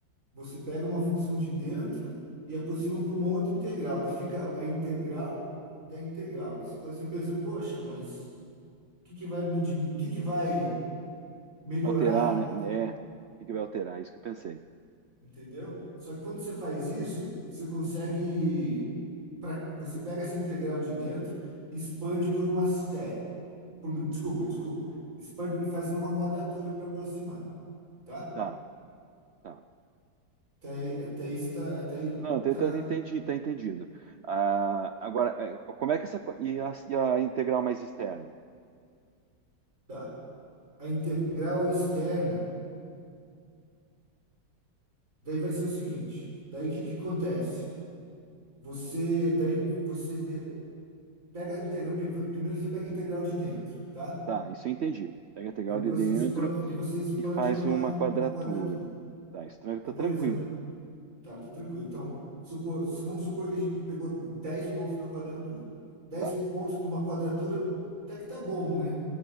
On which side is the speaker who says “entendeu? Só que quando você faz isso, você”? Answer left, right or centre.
Right